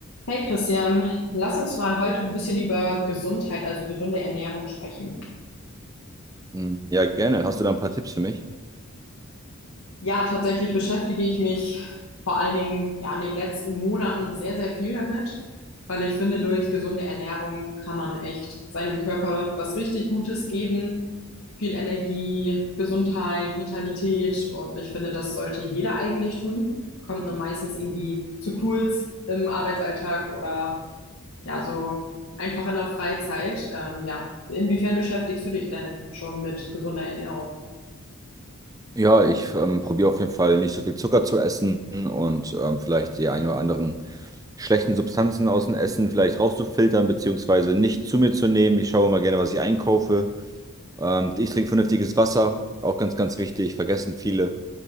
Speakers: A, on the left; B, on the right.
A: Hey Christian, lass uns mal heute ein bisschen über Gesundheit, also gesunde Ernährung sprechen.
B: Mm, Ja, gerne. Hast du da ein paar Tipps für mich?
A: Ja, tatsächlich beschäftige ich mich vor allen Dingen ja in den letzten Monaten sehr, sehr viel damit, weil ich finde, durch gesunde Ernährung kann man echt seinem Körper was richtig Gutes geben. Viel Energie, Gesundheit, Vitalität und ich finde, das sollte jeder eigentlich tun. Kommt nur meistens irgendwie zu kurz im Arbeitsalltag oder ja, so einfach in der Freizeit. Ähm, ja, inwiefern beschäftigst du dich denn schon mit gesunder Ernährung?
B: Ja, ich ähm, probiere auf jeden Fall nicht so viel Zucker zu essen und ähm, vielleicht die ein oder anderen schlechten Substanzen aus dem Essen vielleicht rauszufiltern, beziehungsweise nicht zu mir zu nehmen. Ich schaue immer gerne, was ich einkaufe. Ähm, ich trinke vernünftiges Wasser, auch ganz, ganz wichtig, vergessen viele.